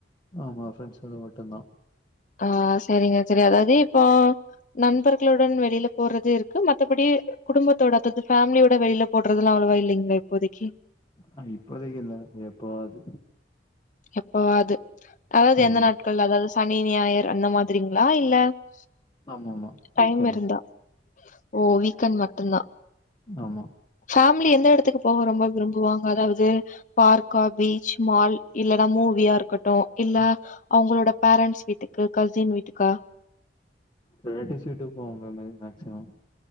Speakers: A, on the left; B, on the left.
A: ஆமா ஃப்ரெண்ட்ஸோட மட்டுந்தான்
B: ஆ சரிங்க சரி அதாவது இப்போ நண்பர்களுடன் வெளில போறது இருக்கு மத்தபடி குடும்பத்தோட அதாது ஃபேமிலியோட வெளில போடுறதெல்லா அவ்ளவா இல்லைங்ளா இப்போதைக்கு
A: அ இப்போதைக்கில்ல எப்பாது
B: எப்பவாது அதாவது
A: ம்
B: எந்த நாட்கள் அதாவது சனி, ஞாயிரு அந்த மாதிரிங்ளா இல்ல ஓ
A: ஆமாமா
B: டைம்
A: வீக்கெண்ட்
B: இருந்தா ஓ வீக்கண்ட் மட்டுந்தா
A: ஆமா
B: ஃபேமிலி எந்த எடத்துக்கு போக ரொம்ப விரும்புவாங்க அதாவது பார்க்கா, பீச், மால் இல்லனா மூவியா இருக்கட்டு இல்ல அவுங்களோட பேரண்ட்ஸ் வீட்டுக்கு கசின் வீட்டுக்கா
A: ரிலேட்டிவ்ஸ் வீட்டுக்கு போவோ மேம் மேக்சிமம்